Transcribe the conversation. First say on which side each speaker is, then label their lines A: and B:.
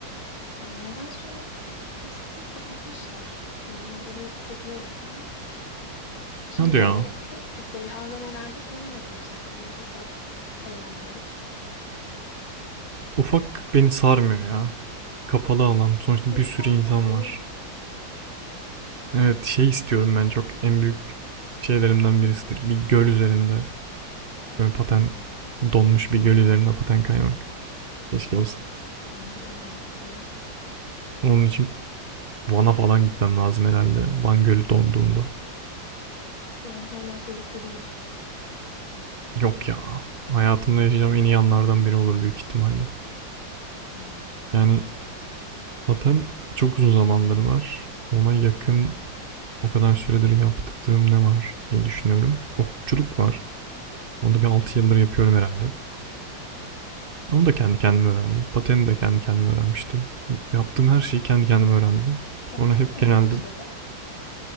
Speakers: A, on the left; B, on the right.
A: E, nedense o pisti kapatmışlar. Hani o- oraya gitsek iyi olurdu ama. Şimdi
B: Ne Hadi
A: böyle
B: ya.
A: tek tük böyle AVM'lerde falan oluyor sanırım. Böyle ufak eğlenmelik.
B: Ufak beni sarmıyor ya. Kapalı alan. Sonuçta
A: E, Seni
B: bir sürü
A: sarmaz
B: insan
A: doğru.
B: var. Evet şey istiyorum ben çok en büyük şeylerimden birisidir. Bir göl üzerinde. Böyle paten
A: Hı hı.
B: donmuş bir göl üzerinde paten kaymak. Keşke olsa.
A: Yani Biraz riskli.
B: Onun için Van'a falan gitmem lazım herhalde. Van Gölü donduğunda.
A: Yani hala tehlikeli gibi.
B: Yok ya. Hayatımda yaşayacağım en iyi anlardan biri olur büyük ihtimalle.
A: Hmm.
B: Yani zaten çok uzun zamandır var. Ona yakın o kadar süredir yaptığım ne var diye düşünüyorum. Okçuluk var. Onu
A: Hmm.
B: da bir 6 yıldır yapıyorum herhalde. Onu da kendi kendime öğrendim. Pateni de kendi kendime öğrenmiştim. Yaptığım her şeyi kendi kendime öğrendim.
A: Okçuluk
B: Sonra hep
A: nasıl
B: genelde
A: başladı?